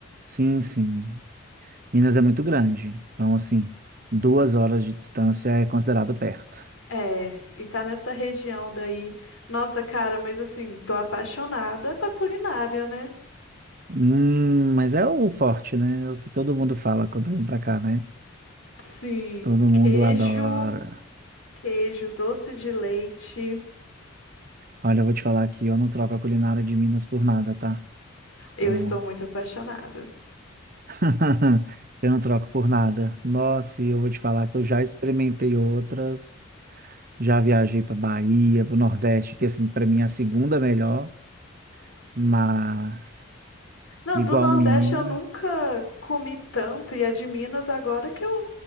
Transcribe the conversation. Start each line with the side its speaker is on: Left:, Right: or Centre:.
Right: sim, sim. Minas é muito grande, então assim, duas horas de distância é considerado perto.
Left: É, e tá nessa região daí. Nossa, cara, mas assim, tô apaixonada com a culinária, né?
Right: Hum, mas é o forte, né? É O que todo mundo fala quando vem pra cá, né?
Left: Sim,
Right: Todo mundo
Left: queijo,
Right: adora.
Left: queijo, doce de leite.
Right: Olha, eu vou te falar que eu não troco a culinária de Minas por nada, tá?
Left: Eu
Right: Eu
Left: estou muito apaixonada.
Right: <laughs> Eu não troco por nada. Nossa, e eu vou te falar que eu já experimentei outras. Já viajei para Bahia, para o Nordeste, que assim, para mim é a segunda melhor, mas
Left: Não,
Right: igual
Left: do Nordeste
Right: Minas.
Left: eu nunca comi tanto, e é de Minas agora que eu,